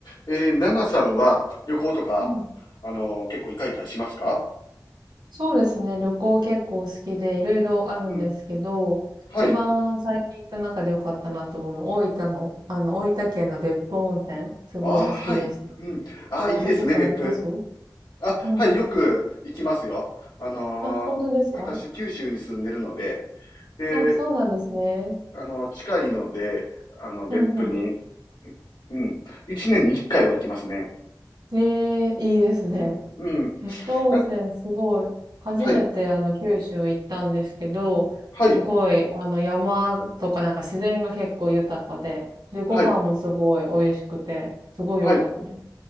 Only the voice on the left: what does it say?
えー、ナナさんは旅行とか、
あのー結構行かれたりしますか
うん。はい。
ああ、はい。うん。
ああ、いいですね、別府。あ、
はい、よく行きますよ。あのー私、
九州に住んでるので、で、
あの、近いので、あの、別府に、
うん。一年に一回は行きますね。
うん。うん。
な、
はい、はい、
はい、
はい。